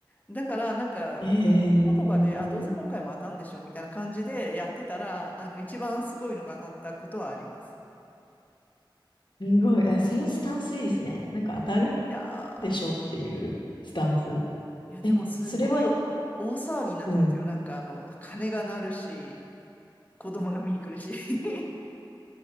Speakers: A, on the left (about 20°); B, on the left (about 65°).
A: だから、なんか、
B: い。え
A: ここどこかで、
B: え。
A: あ、どうせ今回も当たんでしょ、みたいな感じでやってたら、あの、一番すごいのが当たったことはあります。
B: すごい。あ、そのスタンスいいですね。なんか当たる
A: いやー、
B: でしょっていうスタンス。
A: いや、でもすごい
B: え、それは、
A: 大騒ぎになってましたよ。
B: うん。
A: なんか、あの、鐘が鳴るし、子供が見に来るし。<laughs>